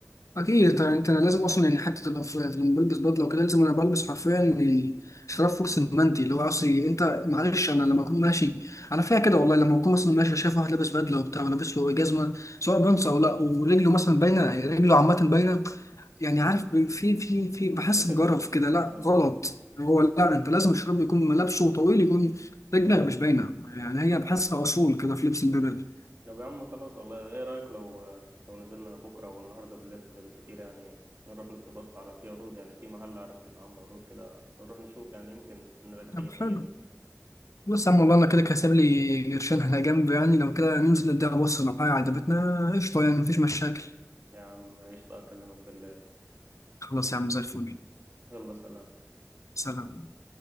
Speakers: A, on the left (about 75°); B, on the right (about 45°).
A: اكيد طبعا انت أنا لازم اصلا يعني حتى تبقى في في- لما بلبس بدله وكده لازم انا بلبس حرفيا يعني شراب فوكس المندي اللي هو اصلي انت معلش انا لما اكون ماشي على فيها كده والله لما اكون مثلا ماشي شايف واحد لابس بدله وبتاع ولابس له جزمه سواء بنص او لا ورجله مثلا باينه رجله عامه باينه يعني عارف ب- في في في بحس
B: بتجرب
A: بجرف كده لا
B: آه.
A: غلط هو لا انت لازم الشراب يكون ملابسه طويل يكون رجلك مش باينه يعني هي بحسها اصول كده في لبس البدل
B: طب يا عم خلاص والله ايه رأيك لو لو نزلنا بكرة او النهاردة بالليل كده بالكتير يعني نروح ندي بص على في عروض يعني في محل عارف انه عامل عروض كده نروح نشوف يعني يمكن نلاقي حاجة
A: طب
B: تعجبنا
A: حلو بص يا عم والله انا كده كده سايب لي قرشين على جنب يعني لو كده ننزل نديها بص لو حاجه عجبتنا قشطه يعني مفيش مشاكل
B: يا عم قشطة اكلمك بالليل
A: خلاص يا عم زي الفل
B: يلا سلام
A: سلام